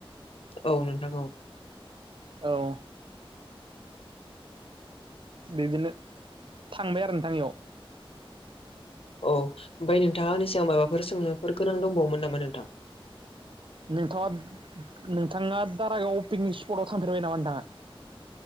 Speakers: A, on the left; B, on the right.
A: औ नोंथां औ
B: औ बिदिनो थांबाय आरो नोथां इयाव
A: औ ओमफ्राय नोंथाङा आंनि सायाव माबाफोर सोंनो गोनां दंबावोमोन नामा नोंथां
B: नोंथाङा नोंथांना दारागाव पिकनिक स्पटआव थांफेरबाय नामा नोंथाङा